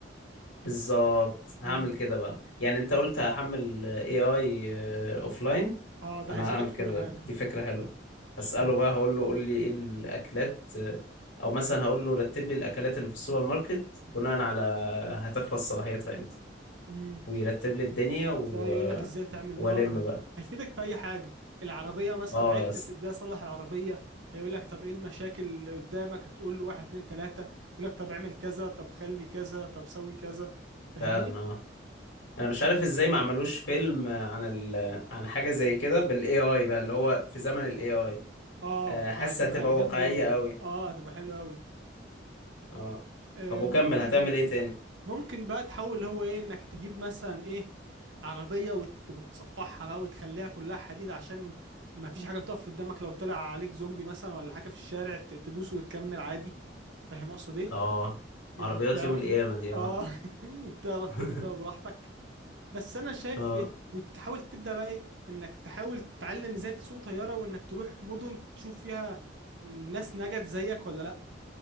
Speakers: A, on the left (about 80°); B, on the right (about 75°).
A: بالظبط هعمل
B: امم
A: كده بقى يعني انت قلت هحمل AI اوفلاين
B: اه ده
A: انا
B: هيساعدك
A: هعمل
B: في
A: كده
B: كل حاجة
A: دي فكرة حلوة هسأله
B: اه
A: بقى هقول له قول لي ايه الاكلات آه، او مثلا هقول له رتب لي الاكلات اللي في السوبر ماركت بناء على هتخلص صلاحيتها امتى
B: امم
A: ويرتب لي الدنيا و...
B: إذا يقول
A: آه،
B: لك ازاي تعمل
A: والم
B: نار هي...
A: بقى
B: هيفيدك في أي حاجة العربية مثلا
A: اه
B: عطلت
A: يا اسطى
B: ازاي أصلح العربية هيقول لك طب إيه المشاكل اللي قدامك هتقول له واحد اتنين تلاتة يقول لك طب اعمل كذا طب خلي كذا طب سوي كذا فاهمني؟
A: فعلا اه انا مش عارف ازاي ما عملوش فيلم عن ال... عن حاجة زي كده بالاي اي بقى اللي هو في زمن الاي اي
B: اه
A: حاسة
B: ده هتبقى
A: هتبقى
B: جامدة
A: واقعية
B: أوي
A: قوي
B: اه هتبقى حلوة أوي
A: اه
B: آه
A: طب وكمل
B: ممكن
A: هتعمل ايه تاني
B: ممكن بقى تحاول اللي هو ايه انك تجيب مثلا ايه عربية وت- وتصفحها بقى وتخليها كلها حديد عشان ما فيش حاجة تقف قدامك لو طلع عليك زومبي مثلا ولا حاجة في الشارع ت- تدوس وتكمل عادي فاهم اقصد ايه
A: اه عربيات
B: انك تعرف
A: يوم القيامة دي
B: اه
A: اه
B: <laughs> تعرف
A: <laughs>
B: تجري فيها براحتك بس انا شايف
A: اه
B: إيه، وتحاول تبدأ بقى ايه انك تحاول تتعلم ازاي تسوق طيارة وانك تروح مدن تشوف فيها ناس نجت زيك ولا لا